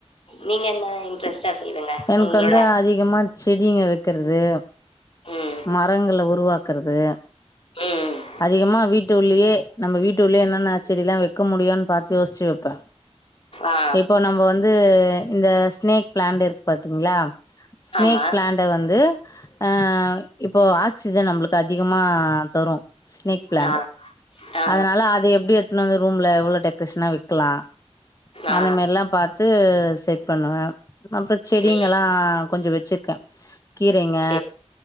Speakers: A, on the left; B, on the left.
A: நீங்க என்ன இன்ட்ரெஸ்ட்டா சொல்லுங்க
B: எனக்கு
A: உங்களோட
B: வந்து அதிகமா செடிங்க வக்கிறது
A: ம்
B: மரங்கள உருவாக்றது
A: ம்.
B: அதிகமா வீட்டுள்ளயே நம்ம வீட்டுள்ளயே என்னன செடில்லா ‌வெக் வக்க முடியுன்னு பாத்து யோசிச்சு வப்பே
A: ஆ.
B: இப்போ நம்ப வந்து இந்த ஸ்னேக் ப்ளாண்ட் இருக்கு பாத்தீங்ளா ஸ்னேக்
A: ஆமா.
B: ப்ளாண்ட வந்து அ இப்போ ஆக்சிஜன் நம்மளுக்கு அதி அதிகமா தரு ஸ்னேக் பிளான்ட்டு
A: ஆ. ஆ.
B: அதுனால அத எப்டி என்னது ரூம்ல இவ்ளோ டெக் கிருஷ்ணா வெக்லா
A: ஆ.
B: அந்த மாரில்லா பாத்து செட் பண்ணுவே. அப்றொ செடிங்கெல்லா
A: ம்.
B: கொஞ்சொ வச் செக்கா கீரைங்க
A: சரி.